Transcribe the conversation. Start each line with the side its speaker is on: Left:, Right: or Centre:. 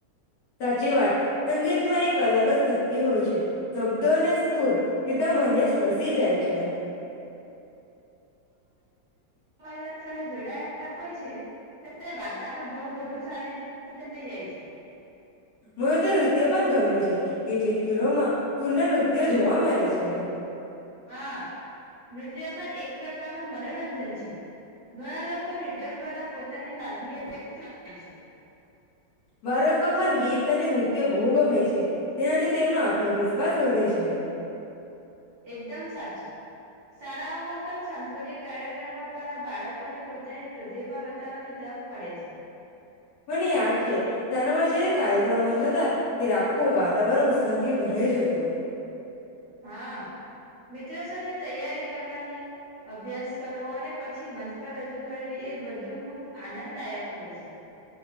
Left: સાચી વાત, સંગીતમાં એક અલગ જ શક્તિ હોય છે, શબ્દ અને સુર સીધા મનને સ્પસી જાય છે.
Right: સાથે જોડાયેલા હોય છે્યારે વાર્તા ન ભાવ વધુ સારી રીતે સમજી જાય છે. <unintelligible>
Left: મહદ નૃત્ય પણ ગમે છે કેટલીક ફિલ્લોમાં સુંદર નૃત્યો જોવા મળે છે.
Right: હા નૃત્ય પણ એક પ્રકાર નો મનોરંજન છે. ઘણા લોકોને દ્વારા પોતાની લાદણીઓ વ્યક્ત કરે છે.
Left: બાળકો પણ ગીત અને નૃત્યો બહુ ગમે છે, તેનાથી તેમનો આત્મવિશ્વાસ વધે છે.
Right: એકદમ સાચો, શાળાઓમાં પણ સાંસ્કૃતિક કાર્યક્રમો દ્વારા બાળકોને પોતાની પ્રતિભા બતાવવાની તક મળે છે.
Left: મને યાદ છે, શાળામાં જયારે કાર્યક્રમો થતા તે રાખું વાતાવરણ ઉત્સાહથી ભર રઈ જતું.
Right: હા, મિત્રો સાથે તૈયારી કરવાની અભ્યાસ કરવો અને પછી મંચ પર રજૂ કરવી એ બધું ખૂબ આનંદદાયક હોય છે.